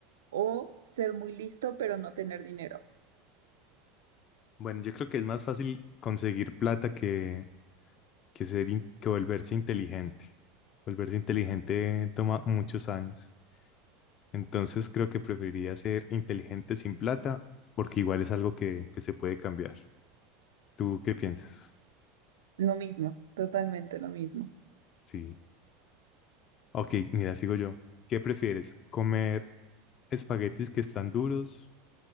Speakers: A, on the right; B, on the left.
A: o ser muy listo pero no tener dinero?
B: Bueno, yo creo que es más fácil conseguir plata que, que ser, in- que volverse inteligente. Volverse inteligente toma muchos años. Entonces creo que preferiría ser inteligente sin plata, porque igual es algo que, que se puede cambiar. ¿Tú qué piensas?
A: Lo mismo, totalmente lo mismo.
B: Sí. Ok, mira, sigo yo. ¿Qué prefieres? ¿Comer espaguetis que están duros?